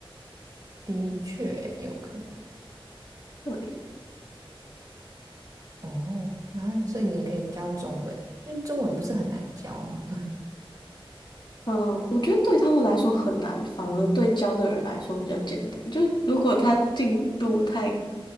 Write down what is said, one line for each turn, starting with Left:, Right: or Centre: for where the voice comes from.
Right: 的确有可能。
Left: 对，
Right: 哦，然后所以你也可以教中文，那中文不是很难教吗？
Left: 嗯，我觉得对他们来说很难，反而对教的人来说比较简单。就如果他进度太，